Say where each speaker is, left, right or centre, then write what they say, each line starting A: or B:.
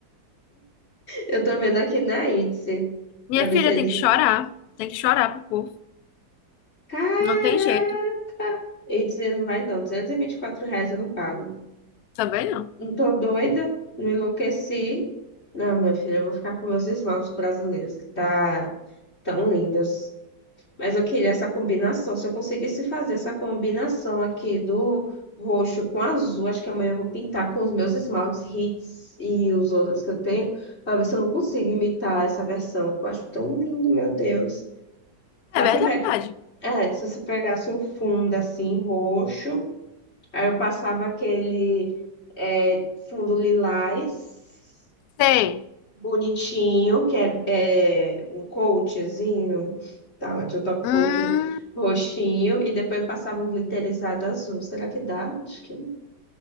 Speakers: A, on the left; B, on the left.
A: Eu tô vendo aqui na Etsy,
B: Minha
A: pra ver
B: filha
A: se eles...
B: tem que chorar. Tem que chorar pro povo.
A: Caraca!
B: Não tem jeito.
A: Etsy não vai não, duzentos e e vinte e quatro reais eu não pago.
B: Também não.
A: Não tô doida, não enlouqueci. Não, minha filha, eu vou ficar com meus esmaltes brasileiros, que tá tão lindos. Mas eu queria essa combinação. Se eu conseguisse fazer essa combinação aqui do roxo com azul, acho que amanhã eu vou pintar com os meus esmaltes Hits e os outros que eu tenho, para ver se eu não consigo imitar essa versão, que eu acho tão lindo, meu Deus. Só
B: É verdade.
A: se eu pe- é, se você pegasse um fundo assim, roxo, aí eu passava aquele é, fundo lilás
B: Tem.
A: bonitinho, que é, é um coachzinho, tá, de um top
B: Hum,
A: coat roxinho, e depois passava um glitterizado azul. Será que dá? Acho que não.